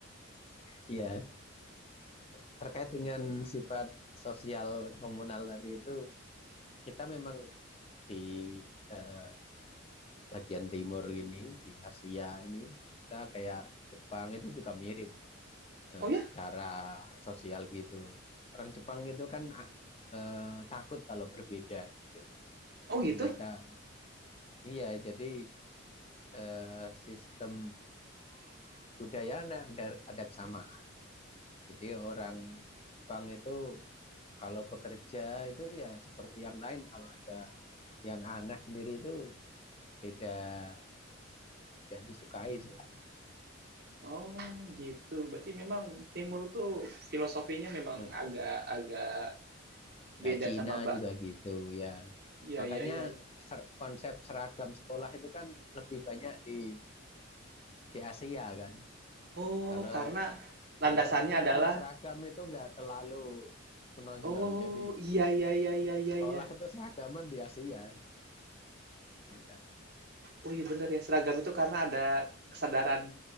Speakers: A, on the left (about 30°); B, on the right (about 50°).
A: Iya. Terkait dengan sifat sosial komunal tadi itu, kita memang di eh, bagian timur gini, di Asia ini, kita kayak Jepang itu juga mirip. eh,
B: oh ya
A: secara sosial gitu. Orang Jepang itu kan eh, takut kalau berbeda gitu.
B: oh
A: Jadi
B: gitu
A: mereka iya jadi eh, sistem budaya ada ada kesamaan. Jadi orang Jepang itu kalau bekerja itu ya seperti yang lain kalau ada yang aneh sendiri itu tidak tidak disukai sih.
B: oh gitu berarti memang timur tuh filosofinya memang
A: Eh,
B: agak agak beda
A: Ya, Cina
B: sama
A: juga gitu ya.
B: Iya
A: Makanya
B: iya iya iya.
A: ser- konsep seragam sekolah itu kan lebih banyak di di Asia kan.
B: Oh,
A: Kalau
B: karena landasannya
A: Barat itu
B: adalah
A: kan seragam itu nggak terlalu menonjol.
B: oh
A: Jadi
B: iya iya iya iya iya
A: sekolah
B: iya.
A: itu seragaman di Asia, ya kan.
B: Oh iya bener ya seragam itu karena ada kesadaran